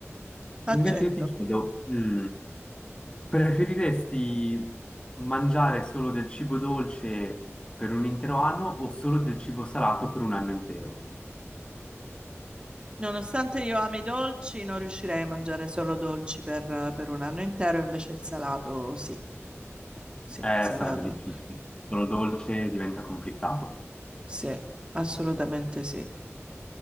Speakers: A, on the right; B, on the left.
A: Accetto.
B: Invece io ti chiedo, mm, preferiresti mangiare solo del cibo dolce per un intero anno o solo del cibo salato per un anno intero?
A: Nonostante io ami i dolci, non riuscirei a mangiare solo dolci per, per un anno intero, invece il salato, sì, sì,
B: Eh,
A: il salato,
B: sarebbe difficile. Solo dolce diventa complicato.
A: sì, assolutamente sì.